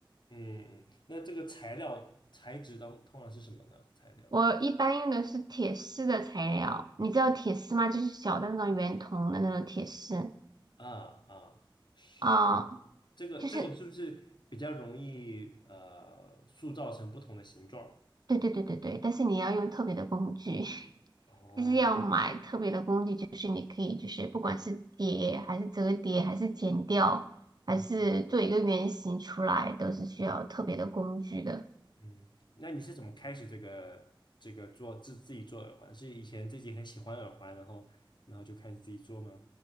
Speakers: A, on the left; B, on the right.
A: 嗯，嗯那这个材料材质当通常是什么呢？材料？
B: 我一般用的是铁丝的材料，你知道铁丝吗？就是小的那种圆筒的那种铁丝。
A: 啊啊，是
B: 啊，
A: 这个这个是不是比较容易呃塑造成不同的形状？
B: 就是对对对对对，但是你要用特别的工具，<laughs>
A: 哦，
B: 就是要买特别的工具，就是你可以就是不管是叠还是折叠还是剪掉，还是做一个圆形出来，
A: 嗯
B: 都是需要特别的工具的。
A: 嗯，那你是怎么开始这个这个做自自己做耳环？是以前自己很喜欢耳环，然后然后就开始自己做吗？